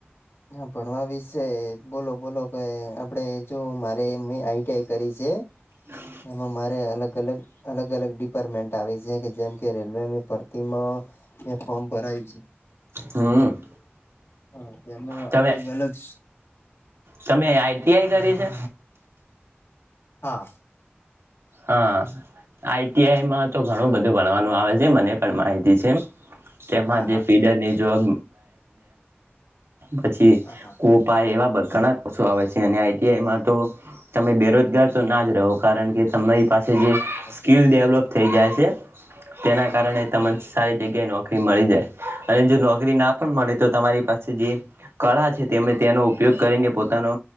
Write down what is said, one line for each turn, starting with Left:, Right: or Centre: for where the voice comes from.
Left: હા ભણવા વિશે બોલો બોલો કે આપડે જો મારે મેં આઈટીઆઈ કરી છે.
Right: હ
Left: એમાં મારે અલગ અલગ અલગ અલગ ડિપાર્ટમેન્ટ આવે છે કે જેમ કે રેલવે ભરતીમાં મે ફોર્મ ભરાયું છે.
Right: હમ
Left: હા તેમાં
Right: તમે
Left: અલગ અલગ
Right: તમે આઈટીઆઈ કરી છે
Left: હા
Right: હા આઈટીઆઈમાં તો ઘણું બધું ભણવાનું આવે છે મને માહિતી છે તેમાં
Left: હા
Right: જે
Left: હા
Right: ફીડરની જોબ પછી
Left: હા હા
Right: કોપા એવા બખાણા આવે છે અને આઈટીઆઈમાં તો તમે બેરોજગાર તો ના જ રહો કારણ કે તમે પાસે જે
Left: હા
Right: સ્કીલ ડેવલપ થઈ જાય છે તેના
Left: હા
Right: કારણે તમને સારી જગ્યાએ નોકરી મળી જાય અને જો નોકરી ના પણ મળે તો તમારી પાસે જે કળા છે તે તેનો ઉપયોગ કરીને
Left: હા
Right: પોતાનો